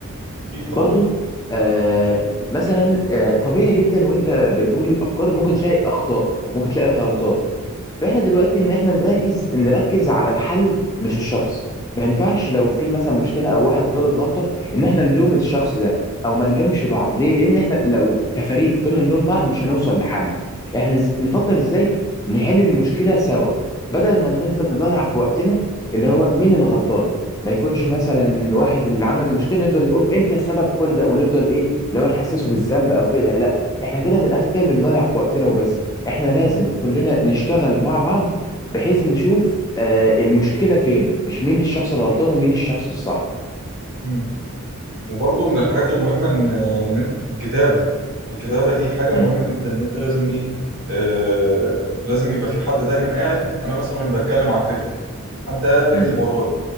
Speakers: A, on the right (about 60°); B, on the left (about 15°).
A: اكيد طبعا
B: برضو آه مثلا آه طبيعي جدا وانت بنقول الافكار ممكن تلاقي اخطاء ممكن تلاقي غلطات فاحنا دلوقتي ان احنا نركز نركز على الحل مش الشخص ما ينفعش لو في مثلا مشكله او واحد غلط غلطه ان احنا نلوم الشخص ده او ما نلومش بعض ليه لان احنا لو كفريق فضلنا نلوم بعض مش هنوصل لحل احنا ز- نفكر ازاي نحل المشكله سوا بدل ما نفضل نضيع في وقتنا اللي هو مين الغلطان ما يكونش مثلا واحد اللي عمل مشكله نفضل نقول انت السبب في كل ده ونفضل ايه لو نحسسه بالذنب او كده لا احنا كده من الاخر كده بنضيع في وقتنا وبس احنا لازم كلنا نشتغل مع بعض بحيث نشوف آه المشكله فين مش مين الشخص الغلطان ومين الشخص الصح
A: مم. وبرضو من الحاجات المهمه ان ان انت الكتابه الكتابه دي حاجه
B: امم
A: مهمه جدا ان انت لازم ايه آه لازم يبقى في حد دايما قاعد انا مثلا بتكلم عن فكره حد قاعد بيكتب
B: امم
A: ورايا